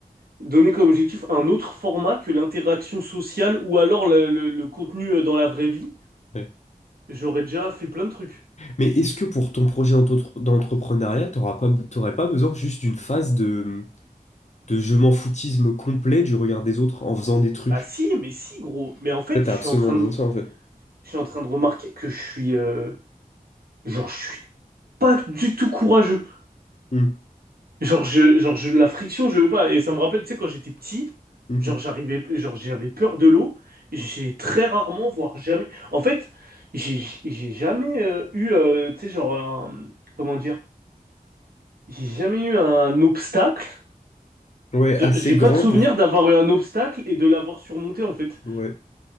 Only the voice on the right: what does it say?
donné comme objectif un autre format que l'interaction sociale ou alors le, le- le contenu euh, dans la vraie vie,
j'aurais déjà fait plein de trucs.
Bah si, mais si, gros. Mais en fait,
je suis
en train
de,
je suis en train de remarquer que je suis... euh, Genre, je suis pas du tout courageux.
Genre, je, genre, je, la friction, je veux pas. Et ça me rappelle, tu sais, quand j'étais petit,
genre, j'arrivais, genre, j'avais peur de l'eau. et J'ai très rarement, voire jamais. En fait, j'ai j'ai jamais euh, eu, euh, tu sais, genre, un- comment dire, j'ai jamais eu un obstacle.
Je-
J'ai
pas de souvenir
d'avoir eu un obstacle et de l'avoir surmonté, en fait.